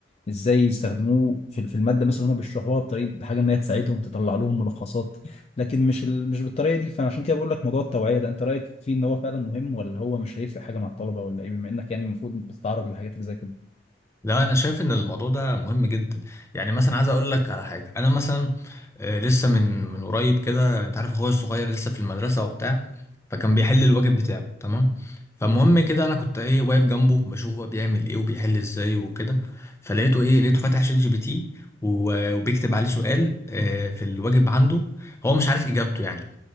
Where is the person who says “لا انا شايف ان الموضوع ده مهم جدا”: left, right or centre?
Left